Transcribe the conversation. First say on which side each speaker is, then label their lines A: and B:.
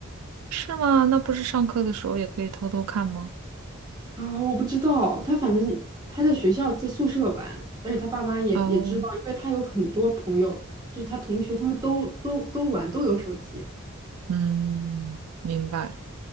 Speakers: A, on the right; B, on the right.
A: 是吗？那不是上课的时候也可以偷偷看吗？
B: 啊，我不知道，他反正他在学校在宿舍玩，而且他爸妈也也知道，
A: 哦，
B: 因为他有很多朋友，就是他同学，他们都都都玩，都有手机
A: 嗯，明白。